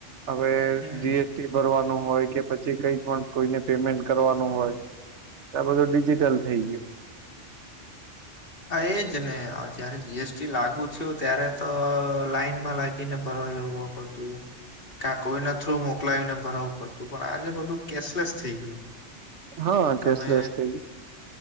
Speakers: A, on the right; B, on the left.
A: હવે
B: હમ
A: જી એ ભરવાનું હોય કે પછી કઈ પણ કોઈને પેમેન્ટ કરવાનું હોય. આ બધુ ડડીજિટલ થઈ ગયું.
B: હા એજ નને જયારે જીએસટી લાગુ થયું ત્યારે તો લાઈનમાં લાગીને ભરવા જવા પડતું. કાંઈક કોઈના થ્રુ મોકલાવીને ભરાવું પડતું પણ આજે બધું કેશલેસ થઈ ગયું.
A: હા
B: તમે
A: કેશલેસ થઈ ગયું